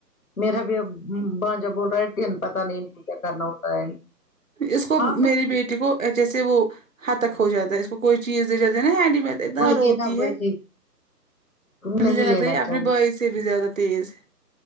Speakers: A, on the left (about 55°); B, on the right (about 55°).
A: میرا بھی اب بھانجا بول رہا ہے ٹن پتا نہیں ان کو کیا کرنا ہوتا ہے
B: اس کو میری
A: ہم
B: بیٹی کو جیسے وہ ہتک ہو جاتا ہے اس کوئی چیز دے جاتی ہے نا ہینڈی میڈ اتنا
A: وہی
B: روتی
A: نا وہی
B: ہے مجھے
A: نہیں
B: لگتا
A: لینا
B: ہے یہ اپنے
A: چاہیے
B: بائی سے بھی زیادہ تیز ہے